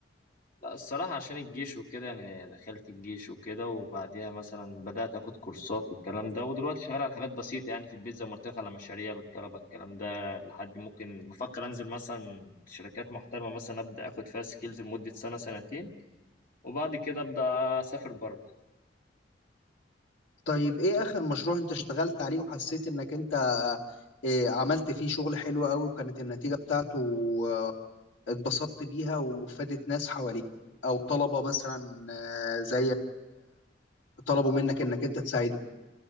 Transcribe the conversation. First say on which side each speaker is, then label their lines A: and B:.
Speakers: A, on the left; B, on the left.
A: لا الصراحة عشان الجيش وكده يعني دخلت الجيش وكده وبعديها مثلا بدأت أخد كورسات والكلام ده ودلوقتي شغال على حاجات بسيطة يعني في البيت زي ما قلت لك على مشاريع للطلبة الكلام ده لحد ممكن بفكر أنزل مثلا شركات محترمة مثلا أبدأ أخد فيها سكيلز لمدة سنة سنتين وبعد كده أبدأ أسافر بره
B: طيب إيه آخر مشروع أنت اشتغلت عليه وحسيت إنك أنت آه، عملت فيه شغل حلو قوي وكانت النتيجة بتاعته آه، اتبسطت بيها وفادت ناس حواليك أو طلبة مثلا آه، زيك طلبوا منك انك انت تساعدهم